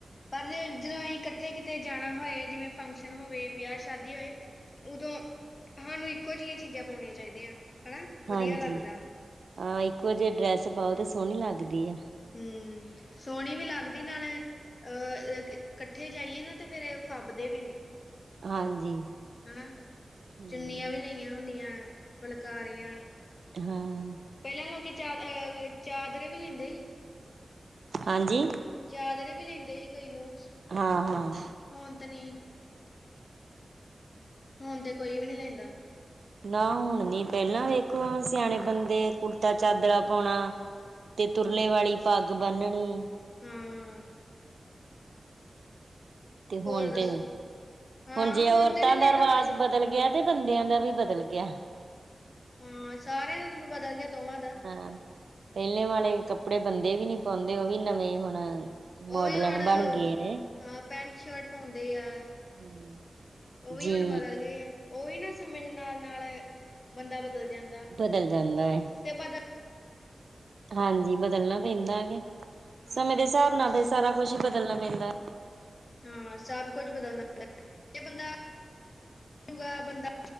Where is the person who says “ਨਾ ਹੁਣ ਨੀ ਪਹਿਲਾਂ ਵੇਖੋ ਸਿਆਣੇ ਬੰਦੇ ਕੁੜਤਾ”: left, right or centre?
Right